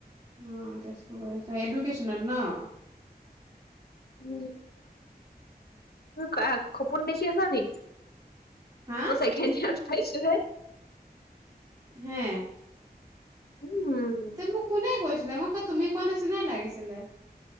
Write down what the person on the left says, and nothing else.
উম মই কা খপোন দেখি আছা নেকি?
মই ছেকেণ্ড ইয়েৰ পাইছো হে।
উম উম।